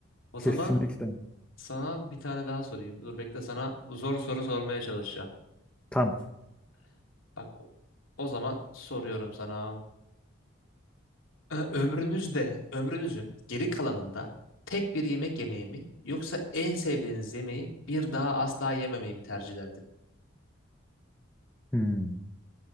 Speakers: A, on the left; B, in the centre.
A: O
B: Kesinlikle.
A: zaman sana bir tane daha sorayım. Dur bekle sana zor soru sormaya çalışacağım.
B: Tam.
A: Bak o o zaman soruyorum sana. Ö- Ömrünüzde, ömrünüzün geri kalanında tek bir yemek yemeyi mi yoksa en sevdiğiniz yemeği bir daha asla yememeyi mi tercih ederdin?
B: Hmm.